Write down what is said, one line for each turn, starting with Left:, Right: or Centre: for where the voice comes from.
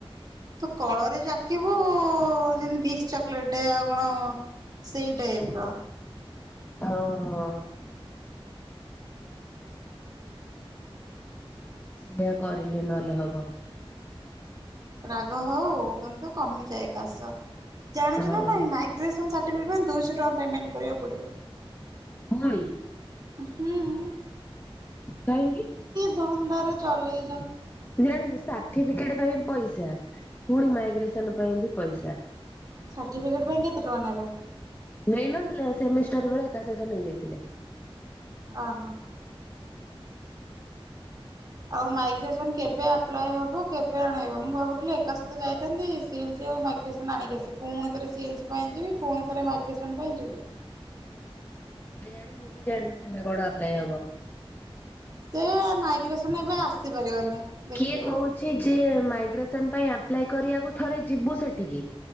Right: ତୁ କଳରେ ଯାକିବୁ ଯେମତି ଭିକ୍ସ ଚକଲେଟ ଆଉ କଣ। ସେଇ ଟାଇପର।
Left: ହଁ ହଁ। ସେଇଆ କରିଲେ ନହେଲେ ହବ।
Right: ରାଗ ହଉ କିନ୍ତୁ କମିଯାଏ କାଶ ଜାଣିଛୁ
Left: ହଁ
Right: ନା ନାଇଁ ମାଇଗ୍ରେସନ ସା <unintelligible> ଦୁଇଶହ ଟଙ୍କା ପେମେଣ୍ଟ କରିବାକୁ ପଡ଼ିବ।
Left: ପୁଣି ।
Right: ହୁଁ।
Left: କାଁହିକି?
Right: <unintelligible> ରେ ଚଲେଇଛି।
Left: ଜାଣିଛୁ ସାର୍ଟିଫିକେଟ ପାଇଁ ପଇସା ପୁଣି ମାଇଗ୍ରେସନ ପାଇଁ ବି ପଇସା।
Right: ସାର୍ଟିଫିକେଟ ପାଇଁ କେତେ ଟଙ୍କା ନେବେ?
Left: ନେଇନଥିଲେ ସେମିଷ୍ଟାର ବେଳେ ଏକା ସହିତ ନେଇଯାଇଥିଲେ।
Right: ଅହୋ। ଆଉ ମାଇଗ୍ରେସନ୍ କେବେ ଆପ୍ଲାଏ ହବ କେବେ ଆଣେଇବ ମୁଁ ଭାବୁଥିଲି ଏକା ସହିତ ଯାଇଥାନ୍ତି ସିଲସି ଆଉ ମାଇଗ୍ରେସନ୍ ଆଣିକି ଆସେ ପୁଣି ଥରେ ସିଏଲସି ପାଇଁ ଯିବି ପୁଣି ଥରେ ମାଇଗ୍ରେସନ ପାଇଁ ଯିବି।
Left: କେଜାଣି ମୁଁ ବି ଜାଣିନି ସେଟା କଣ ଆପ୍ଲାଏ ହବ।
Right: ସେ ମାଇଗ୍ରେସନ୍ ଏବେ ଆସିପାରିବନି। ଦେଖିବୁ।
Left: କିଏ କହୁଛି ଯେ ମାଇଗ୍ରେସନ ପାଇଁ ଆପ୍ଲାଏ କରିବାକୁ ଥରେ ଯିବୁ ସେଠିକି।